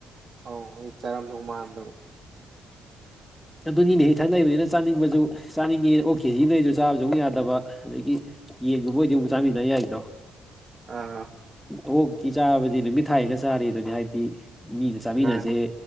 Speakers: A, on the right; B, in the centre.
A: ꯑꯣ ꯑꯩ ꯆꯥꯔꯝꯗꯒ ꯃꯥꯟꯅꯗꯕ
B: ꯑꯗꯨꯅꯤꯅꯦ ꯍꯦꯛꯊꯪ ꯂꯩꯕꯅꯤꯅ ꯆꯥꯅꯤꯡꯕꯁꯨ ꯆꯥꯅꯤꯡꯉꯦ ꯑꯣ ꯀꯦꯖꯤ ꯂꯩꯁꯨ ꯆꯥꯕꯁꯨ ꯑꯃꯨꯛ ꯌꯥꯗꯕ ꯑꯗꯒꯤ ꯌꯦꯡꯉꯨꯕꯣꯏꯗꯤꯕꯨ ꯆꯥꯃꯤꯟꯅ ꯌꯥꯏꯗꯣ
A: ꯑꯥ
B: ꯑꯣꯛꯇꯤ ꯆꯥꯕꯗꯤ ꯅꯨꯃꯤꯠ ꯊꯥꯏꯒ ꯆꯥꯔꯤ ꯑꯗꯨꯅꯤ ꯍꯥꯏꯕꯗꯤ ꯃꯤꯅ ꯆꯥꯃꯤꯟꯅꯁꯦ
A: ꯃꯥꯅꯤ